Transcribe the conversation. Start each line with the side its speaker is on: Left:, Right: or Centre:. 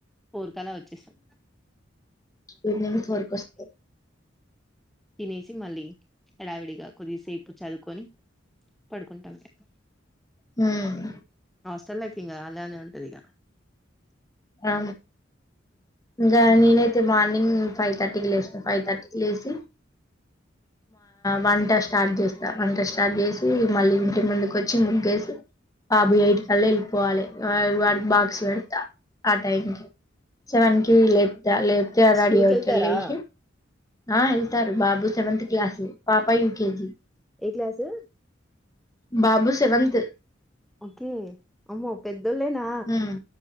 Centre: ఊరికనే వచ్చేసాం
Left: ఇని మీ ఫర్కస్త
Centre: తినేసి మళ్ళి ఎడావిడిగా కొద్దిసేపు చదువుకొని పడుకుంటాం క
Left: హ్మ్
Centre: చాల్కింగా అలానే ఉంటరిగా
Left: ఆ ఇకా ననయి యితే మార్నింగ్ ఫైవ్ థర్టీకి లేస్తా ఫైవ్ థర్టీ లేసి వంట స్టార్ట్ చేస్తా వ స్ స్టార్ట్ చేసి మళ్ళీ ఇంటి ముందు కొంచెం ముగ్గేసి బాబు ఎటి కల్ళ వెళ్ళిపోవాలి వాడికి బాక్స్ పెడతా ఆ టైం క సెవెన్ కి లేపు తలచలేసి
Centre: స్కూల్
Left: రెడీ
Centre: కి
Left: అయ్యిసి
Centre: వెళ్తారా
Left: ఆ వెళ్తారు బాబు సెవెంత్ క్లాస్ పాప యూకేజీ
Centre: ఏ క్లాసు
Left: బాబు సెవెంతంత్
Centre: ఓకే అమ్మో పెద్దోళ్ళేనా
Left: ఉమ్